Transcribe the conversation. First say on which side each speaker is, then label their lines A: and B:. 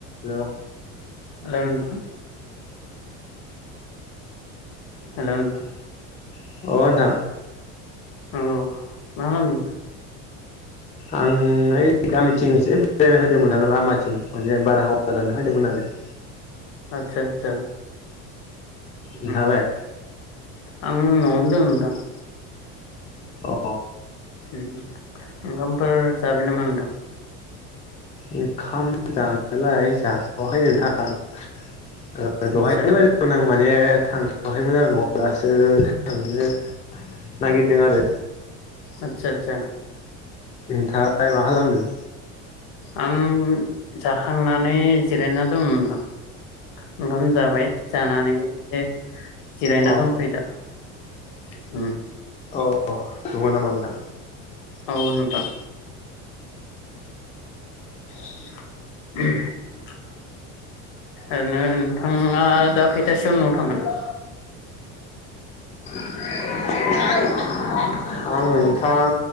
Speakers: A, on the left; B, on the left.
A: हेल'
B: औ नोंथां। हेल' नोंथां
A: <unintelligible> अ नोंथां।
B: उम। मा मामि?
A: आङो ओइ गामिथिं एसे बेरायनो फैदोंमोन आं लामाथिं माने बाराहावा जानो फैदोंमोन आरो
B: आतसा आतसा। होम।
A: नोंथाङालाय
B: आं न'आवनो दं नोंथां। <inaudible>
A: अ।
B: उम ओंखामफोर जाबाम नामा नोंथां?
A: ओंखाम जानायालाय जाथ'वाखै नोंथां। ओ
B: आदसा
A: दहायन <unintelligible> माने थांथ'आखैमोन आरो न'आव दासो थांनो नागिरदों आरो।
B: आतसा आतसा।
A: नोंथाङालाय मा खालामदों?
B: आं जाखांनानै जिरायना दं नोंथां। ओंखाम जाबाय जानानै से जिरायना
A: अ
B: दंथ'यो दा। होम।
A: अ। नगौ नामा नोंथां?
B: औ नोंथां <inaudible>
A: <inaudible> <inaudible>
B: ओरैनो नों थाङा दा खैथासोआव न आं <inaudible>
A: <inaudible> आं नोंथां